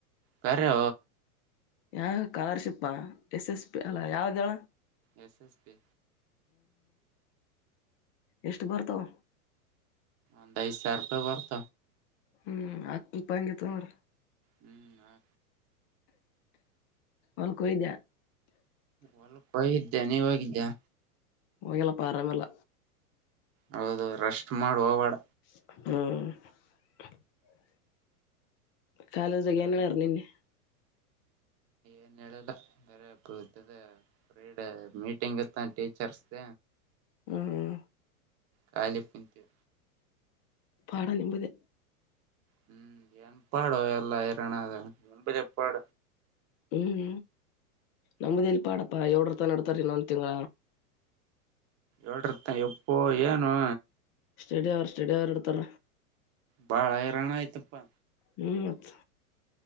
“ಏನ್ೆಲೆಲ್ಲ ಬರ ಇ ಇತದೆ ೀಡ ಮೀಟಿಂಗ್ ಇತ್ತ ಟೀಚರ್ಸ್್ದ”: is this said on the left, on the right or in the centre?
Right